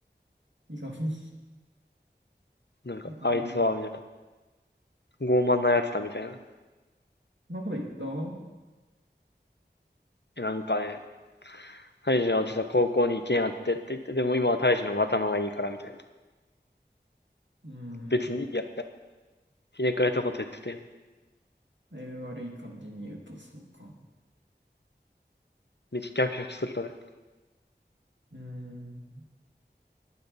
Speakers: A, on the right (about 85°); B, on the left (about 70°).
A: いがみ、
B: なんか、
A: いがみ。
B: あいつは、
A: そ
B: みたいな。傲慢なやつだ、みたいな。
A: んなこと言った
B: なんかね、タイジは実は高校に行けんやってって言って、でも今はタイジの方が頭がいいからみたいな。
A: うん。
B: 別にいいやって、ひねくれたこと言ってて、
A: だいぶ悪い感じに言うとそうか。
B: めっちゃ逆色するとね、
A: うん。